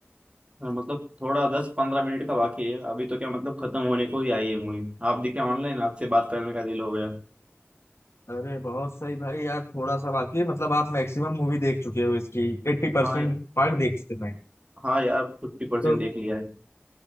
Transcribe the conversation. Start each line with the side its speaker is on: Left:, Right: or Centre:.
Right: हाँ, मतलब थोड़ा दस पंद्रह मिनट का बाकी है अभी तो क्या मतलब खत्म होने को ही आई है मूवी आप देखे ऑनलाइन आपसे बात करने का दिल हो गया
Left: अरे बहुत सही भाई यार थोड़ा सा बाकी है मतलब आप मैक्सिमम मूवी देख चुके हो इसकी एट्टी परसेंट
Right: हाँ
Left: पार्ट देख चुके हैं
Right: हाँ यार फिफ्टी परसेंट
Left: तो
Right: देख लिया है